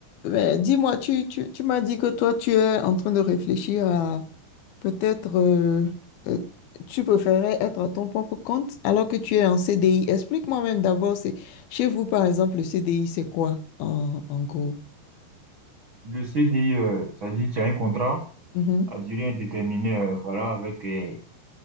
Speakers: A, on the left; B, on the right.
A: Mais dis-moi, tu, tu, tu m'as dit que toi, tu es en train de réfléchir à peut-être, euh, euh, tu préférais être à ton propre compte alors que tu es en CDI. Explique-moi même d'abord, c'est chez vous, par exemple, le CDI, c'est quoi en, en gros?
B: Le CDI, euh, ça dit tu as un contrat
A: Mhm.
B: à durée indéterminée, euh, voilà, avec, euh,